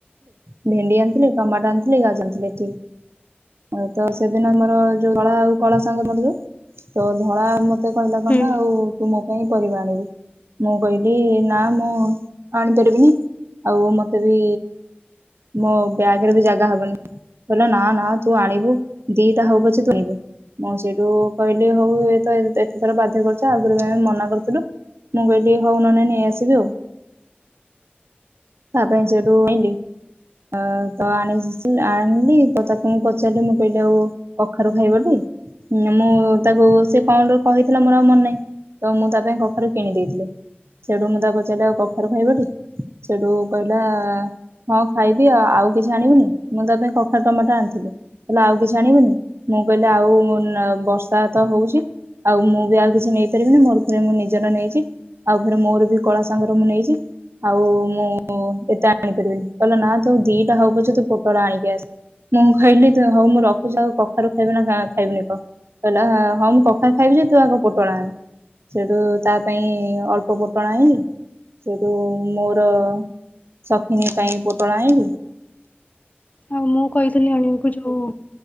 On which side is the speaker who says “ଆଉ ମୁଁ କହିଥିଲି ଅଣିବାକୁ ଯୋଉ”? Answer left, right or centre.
Left